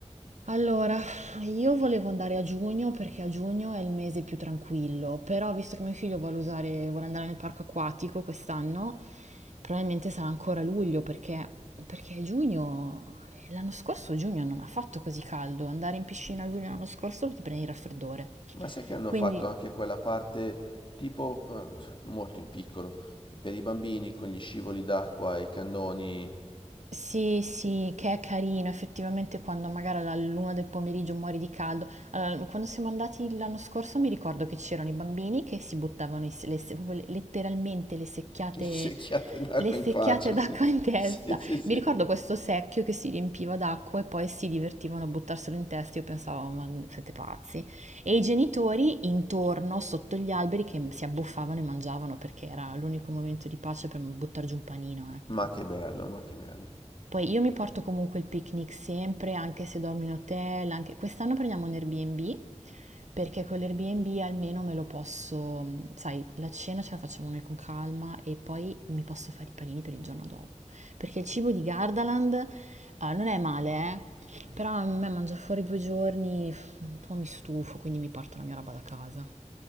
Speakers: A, on the right; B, on the left.
A: Allora, io volevo andare a giugno perché a giugno è il mese più tranquillo, però visto che mio figlio vuole usare, vuole andare nel parco acquatico quest'anno, probabilmente sarà ancora luglio perché, perché giugno, l'anno scorso giugno non ha fatto così caldo, andare in piscina a luglio l'anno scorso ti prendi il raffreddore.
B: Ma sai che hanno
A: Quindi
B: fatto anche quella parte tipo eh, molto in piccolo per i bambini con gli scivoli d'acqua, i cannoni
A: Sì, sì, che è carino, effettivamente quando magari alla luna del pomeriggio muori di caldo. Allora, quando siamo andati l'anno scorso mi ricordo che c'erano i bambini che si buttavano i se- le se- proprio le- letteralmente le secchiate,
B: Le secchiate d'acqua
A: le secchiate
B: in faccia,
A: d'acqua
B: sì.
A: in testa.
B: Sì, sì, sì.
A: Mi ricordo questo secchio che si riempiva d'acqua e poi si divertivano a buttarselo in testa. Io pensavo, ma siete pazzi. E i genitori intorno, sotto gli alberi, che si abbuffavano e mangiavano perché era l'unico momento di pace per buttare giù un panino, ecco.
B: Ma che bello, ma che bello.
A: Poi io mi porto comunque il picnic sempre, anche se dormo in hotel, anche- quest'anno prendiamo un Airbnb, perché con l'Airbnb almeno me lo posso, sai, la cena ce la facciamo noi con calma e poi mi posso fare i panini per il giorno dopo. Perché il cibo di Gardaland, ah, non è male, eh, però a me mangiare fuori due giorni, pff, un po' mi stufo, quindi mi porto la mia roba da casa.